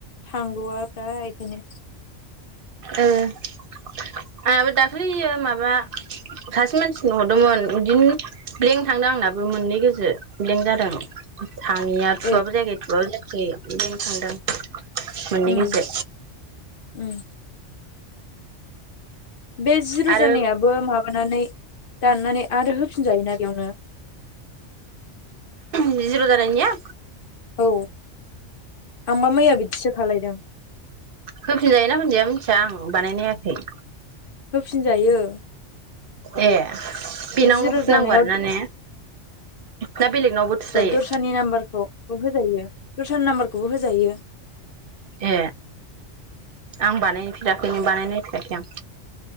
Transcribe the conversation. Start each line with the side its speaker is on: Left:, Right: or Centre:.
Left: थांद'वाब्रा एखायनो
Right: ओ आंहाबो दाख्लैयो माबा सासे मानसिनो हरदोंमोन बिदिनो ब्लेंक थांदों आंनाबो मोननै गोजो ब्लेंक जादों। थाङैया थुबाबो
Left: ए
Right: जायाखै थुबाबो जायाखै बिदिनो थांदों। मोननै
Left: उम
Right: गोजो
Left: उम बे जिर'जानायाबो
Right: आरो
Left: माबानानै दाननानै आरो होफिनजायोना बेयावनो?
Right: जिर' जानायनिया?
Left: औ आंबा मैया बिदिसो खालायदों।
Right: होफिनजायोना होफिनजाया मिथिया आं बानायनायाखै।
Left: होफिनजायो।
Right: ए बेनावनो
Left: बे जिर'
Right: हरफिननांगौ
Left: जानायाव
Right: आरोना ने ना बेलेगनावबो थुजायो
Left: दस्रानि नाम्बारखौबो होजायो दस्रानि नाम्बारखौबो होजायो।
Right: ए आं बानायफेराखैनो बानायनायफेराखै आं।